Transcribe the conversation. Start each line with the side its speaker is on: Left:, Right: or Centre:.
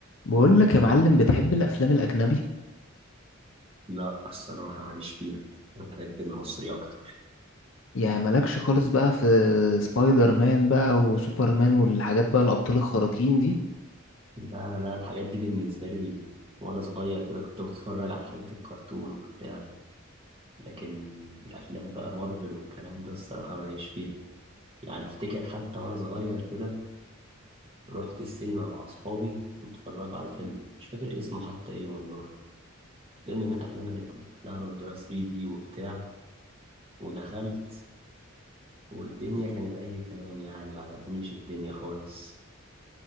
Left: بقول لك يا معلم بتحب الافلام الاجنبي
Right: لا الصراحة ماليش فيها أنا بحب المصري أكتر
Left: يعني مالكش خالص بقى في سبايدر مان بقى وسوبرمان والحاجات بقى الابطال الخارقين دي
Right: لا أنا الحاجات دي بالنسبة لي وأنا صغير كده كنت بتفرج على حاجات الكرتون وبتاع لكن الأفلام بقى مارفل والكلام ده الصراحة ماليش فيها يعني أفتكر حتى وأنا صغير كده رحت السينما مع أصحابي واتفرجوا على فيلم مش فاكر اسمه حتى إيه والله فيلم من الأفلام اللي بتلبس لها نضارة 3D وبتاع ودخلت والدنيا كانت أي كلام يعني ما عجبنيش الدنيا خالص